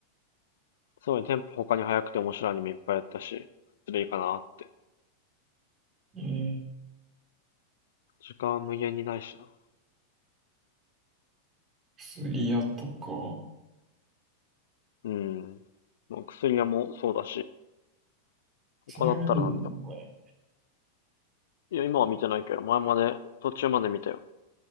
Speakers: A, on the left; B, on the right.
A: すごいテンポ他に早くて面白いアニメいっぱいやったし、それいいかなって。
B: えー、
A: 時間は無限にないしな。
B: 薬屋とか。
A: うん。もう薬屋もそうだし、
B: 薬屋見てるのお前。
A: 他だったらなんだよ。いや、今は見てないけど、前まで、途中まで見たよ。